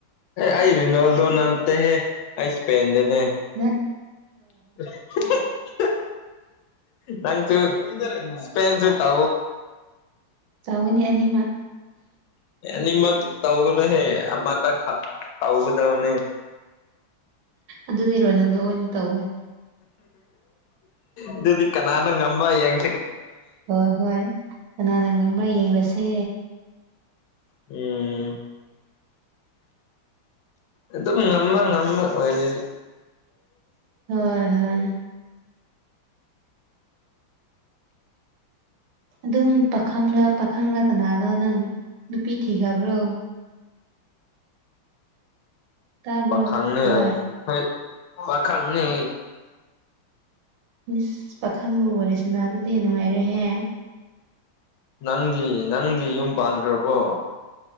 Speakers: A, on the left; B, on the right.
A: ꯑꯩ ꯔꯔꯤꯅꯥꯣꯜꯗꯣ ꯅꯥꯟꯇꯦ ꯍꯦ ꯑꯩ ꯏꯁꯄꯦꯟꯟꯗꯅꯦ
B: ꯉ
A: <unintelligible> ꯅꯪꯁꯨ ꯁꯄꯦꯟ ꯆꯠꯇ
B: ꯇꯧꯒꯅꯤ ꯑꯅꯤꯃꯛ
A: ꯅꯤ ꯃ ꯇꯥꯎꯒꯅꯣ ꯍꯦꯃ ꯊꯥꯎꯕꯗꯅꯦ
B: ꯑꯗꯨꯗꯤꯔꯣꯏꯅꯗꯣ ꯑꯣꯏꯅ ꯇꯧꯋꯦ
A: ꯑꯗꯨꯗꯤ ꯀꯅꯥꯅꯣ ꯉꯃ ꯌꯦꯡ
B: ꯍꯣꯏ ꯍꯣꯏ ꯀꯅꯥꯅ ꯉꯪꯕ꯭ꯔꯥ ꯌꯦꯡꯕꯁꯦ
A: ꯎꯝ ꯑꯗꯨꯝ ꯉꯃ ꯉꯃ ꯑꯣꯏ
B: ꯍꯣꯏ ꯍꯣꯏ ꯑꯗꯨꯝ ꯄꯥꯈꯪꯥ ꯄꯥꯈꯪꯅꯥ ꯀꯅꯥꯅꯣ ꯅꯪ ꯅꯨꯄꯤ ꯊꯤꯈꯕ꯭ꯔꯣ ꯇꯥꯕ꯭ꯔꯣ
A: ꯄ ꯈꯪꯅ
B: ꯍꯣꯏ
A: ꯍꯥꯏꯣꯏ ꯄ ꯈꯪꯅꯤ
B: ꯃꯤꯁ ꯄꯥꯈꯪꯕ ꯋꯥꯔꯤꯔꯦꯁꯤꯅꯥꯕꯨꯗꯤ ꯅꯨꯡꯉꯥꯏꯔꯍꯦ
A: ꯅꯪꯗꯤ ꯅꯪꯗꯤ ꯌꯨꯝ ꯄꯥꯟꯈ꯭ꯔꯕꯣ